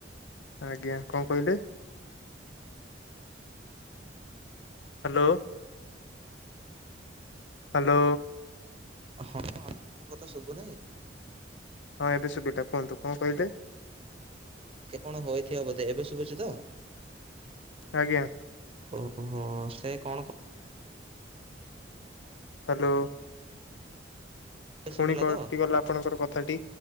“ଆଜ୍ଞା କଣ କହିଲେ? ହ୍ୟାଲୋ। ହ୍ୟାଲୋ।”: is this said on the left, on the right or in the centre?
Left